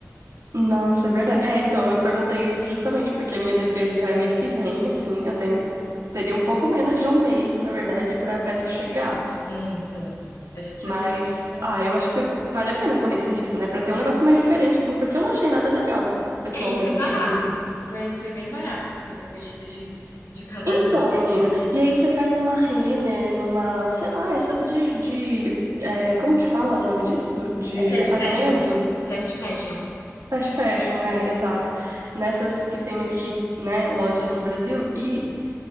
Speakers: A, on the right; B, on the left.
A: Nossa, é verdade. É, então, eu perguntei isso justamente porque a minha defesa já é mês que vem, assim, eu tenho teria um pouco menos de um mês, na verdade, pra peça chegar.
B: É, então, acho que
A: Mas,
B: eu queria.
A: ah, eu acho que vale a pena correr esse risco, né, Pra ter um negócio mais diferente, assim, porque eu não achei nada legal, pessoalmente,
B: É, e foi barato.
A: assim.
B: Foi, foi bem barato, assim, para um vestido de, de casamento.
A: Então, menina, e aí você vai numa Renner, numa, sei lá, essas de, de, é, como que fala o nome disso? De
B: É fast
A: departamento?
B: fashion. Fast fashion.
A: Fast fashion, é, exato. Nessas que tem aqui, né, lojas no Brasil. E,